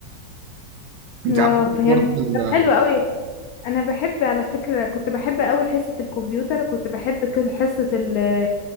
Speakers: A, on the right (about 75°); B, on the left (about 80°).
A: انت
B: اه
A: عملت
B: فهمت
A: ايه برضه بال
B: طب حلو قوي انا بحب على فكره كنت بحب قوي حصه الكمبيوتر وكنت بحب كذا- حصه ال